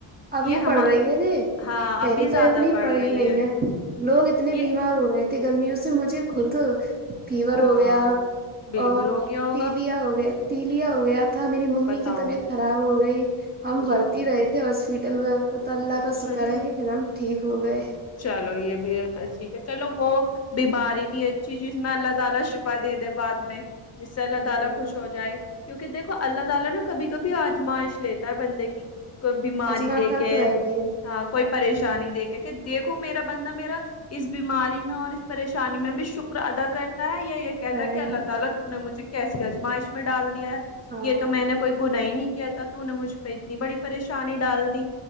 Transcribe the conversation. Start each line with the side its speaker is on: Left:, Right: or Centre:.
Right: ابھی
Left: یہ
Right: پڑھ
Left: ہم
Right: رہی ہے رے
Left: ہاں
Right: پہلے
Left: ابھی زیادہ
Right: تو اتنی
Left: پڑ
Right: پڑی
Left: رہی
Right: نہیں ہے لوگ اتنے
Left: یہ
Right: بیمار ہو رہے تھے گرمیوں سے مجھے خود فیور
Left: ہاں
Right: ہو گیا
Left: بالکل
Right: اور
Left: ہو گیا ہوگا
Right: تیلیا ہو گیا تیلیا ہو گیا تھا میری ممی
Left: بتاؤ
Right: کی طبیعت خراب ہو گئی ہم
Left: بتاؤ
Right: بھرتی رہے تھے ہاسپٹل میں وہ تو اللہ
Left: اچھا
Right: کا شکر
Left: جی
Right: ہے کہ پھر ہم ٹھیک ہو گئے
Left: چلو یہ بھی ٹھیک ہے چلو وہ بیماری بھی اچھی جس میں اللہ تعالی شفا دے دے بعد میں جس سے اللہ تعالی
Right: ہاں
Left: خوش ہو جائے کیونکہ دیکھو اللہ تعالی نا کبھی کبھی آزمائش لیتا ہے بندے کی کوئی بیماری
Right: اجماتا
Left: دے کے
Right: تو ہے ہی
Left: ہاں کوئی پریشانی دے کے کہ دیکھو میرا بندہ میرا اس بیماری میں اور اس پریشانی میں بھی شکر ادا کرتا ہے یا
Right: ہے
Left: کہتا کہ اللہ تعالی تو نے مجھے کیسی ازمائش میں ڈال دیا ہے
Right: ہاں
Left: یہ تو میں نے کوئی گناہ ہی نہیں کیا تھا تو مجھ ے اتنی بڑی پریشانی ڈال دی